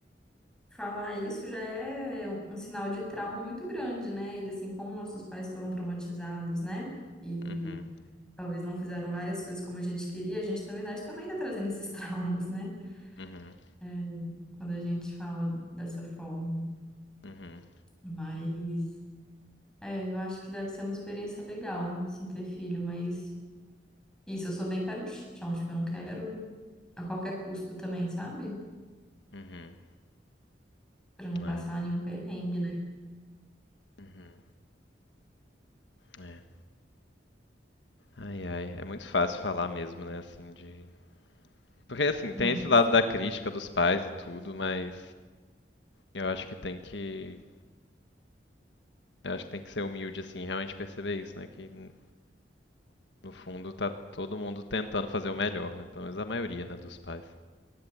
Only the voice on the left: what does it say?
Uhum,
uhum,
uhum,
uhum.
É,
uhum, é. Ai, ai, é muito fácil falar mesmo, né? Assim, de. Porque assim,
tem esse lado da crítica dos pais e tudo, mas eu acho que tem que. Eu acho que tem que ser humilde, assim, e realmente perceber isso, né? Que n- no fundo tá todo mundo tentando fazer o melhor, né? Pelo menos a maioria, né, dos pais.